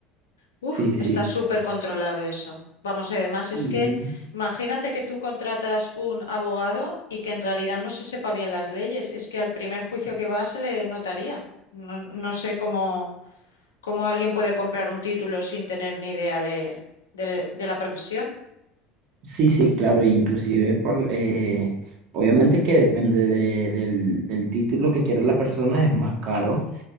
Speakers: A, on the left; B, on the right.
A: Uf,
B: Sí, sí,
A: está súper
B: claro.
A: controlado eso. Vamos, y además
B: Sí.
A: es que imagínate que tú contratas un abogado y que en realidad no se sepa bien las leyes. Es que al primer juicio que va se le notaría. No, no sé cómo, cómo alguien puede comprar un título sin tener ni idea de, de de la profesión.
B: Sí, sí, claro, e inclusive por, eh, obviamente que depende de- del, del título que quiera la persona, es más caro,